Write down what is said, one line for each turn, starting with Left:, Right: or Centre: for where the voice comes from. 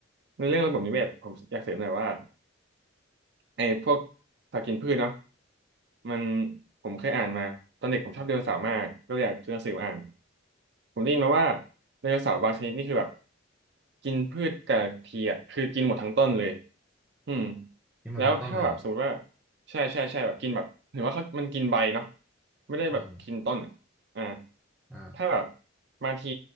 Right: ในเรื่องระบบนิเวศผมอยากเสริมหน่อยว่า ไอ้พวกผักกินพืชเนาะมันผมเคยอ่านมาตอนเด็กผมชอบไดโนเสาร์มากก็เลยอยากซื้อหนังสือมาอ่านผมได้ยินมาว่าไดโนเสาร์บางชนิดนี่คือแบบกินพืชแต่ละทีอ่ะคือกินหมดทั้งต้นเลยอืม
Centre: นี่มันทั้งต้นเลยเหรอ
Right: แล้วถ้าแบบสมมติว่าใช่ใช่ใช่แบบกินแบบหรือว่าเขามันกินใบเนาะไม่ได้แบบกินต้นอะอ่า
Centre: อืมอ่า
Right: ถ้าแบบบางที